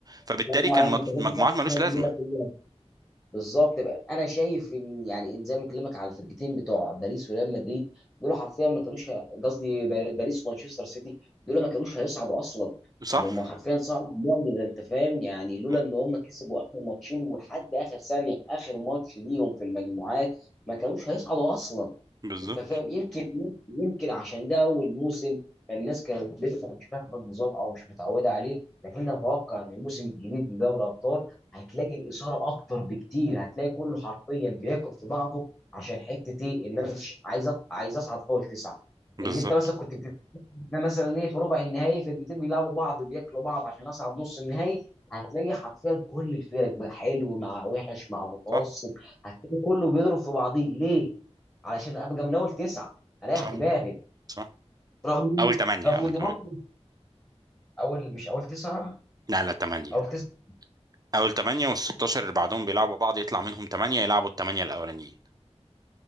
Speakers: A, on the right; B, on the left.
A: فبالتالي
B: <laughs>
A: كان مج- مجموعات ملوش لازمة
B: بالظبط بقى انا شايف ان يعني زي ما بكلمك على الفرقتين بتوع باريس وريال مدريد دول حرفيا ما كانوش ه- قصدي بار- باريس ومانشستر سيتي دول ما كانوش هيصعدوا اصلا
A: صح؟
B: يعني هم حرفيا صعدوا معجزه انت فاهم يعني لولا
A: اه،
B: ان هم كسبوا اخر ماتشين ولحد اخر ثانيه في اخر ماتش ليهم في المجموعات ما كانوش هيصعدوا اصلا
A: بالظبط
B: انت فاهم يمكن يمكن عشان ده اول موسم فالناس كانت لسه مش فاهمه النظام او مش متعوده عليه لكن اتوقع ان الموسم الجديد لدوري الابطال هتلاقي اثاره اكتر بكتير هتلاقي كله حرفيا بياكل في بعضه عشان حته ايه ان انا مش عايز أ- عايز اصعد فوق التسعه
A: بالظبط
B: ان انت مثلا كنت بتت- ده مثلا ايه في ربع النهائي فرقتين بيلعبوا بعض بياكلوا بعض عشان اصعد نص النهائي هتلاقي حرفيا كل الفرق بقى حلو مع وحش مع متوسط
A: صح
B: هتلاقي كله بيضرب في بعضيه ليه؟ علشان ابقى من اول تسعه اريح
A: صح
B: دماغي
A: صح
B: رغم ان
A: اول ثمانية
B: رغم
A: اول
B: ان
A: ثمانية
B: برضه اول مش اول تسعه
A: لا لا ثمانية
B: اول تسعه
A: اول ثمانية وال 16 اللي بعدهم بيلعبوا بعض يطلع منهم ثمانية يلعبوا الثمانية الاولانيين